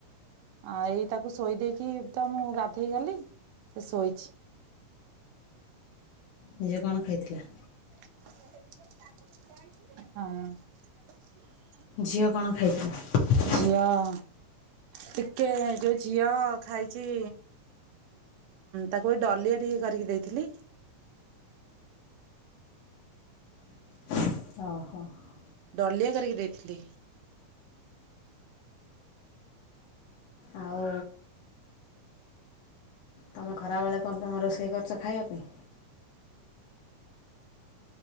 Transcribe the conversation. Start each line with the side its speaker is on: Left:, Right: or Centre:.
Right: ଏଇ ତାକୁ ଶୋଇ ଦେଇେଇକି ତ ମୁଁ ଗାଧେଇ ଗଲି। ସେ ଶୋଇଛି।
Left: ନିଜେ କଣ ଖାଇଥିଲା?
Right: ହଁ।
Left: ଝିଅ କଣ ଖାଇଥିଲା?
Right: ଝିଅ ହଁ, ଟିକେ, ଯୋଉ ଝିଅ ଖାଇଛି। ତାକୁ <unintelligible> କରିକି ଦେଇଥିଲି
Left: <inaudible>
Right: ଡଲିଆ କରିକି ଦେଇଥିଲି।
Left: ଆଉ ତମେ ଖରା ବେଳେ। ସବୁ କଣ ରୋଷେଇ କରିଛ ଖାଇବା ପାଇଁ?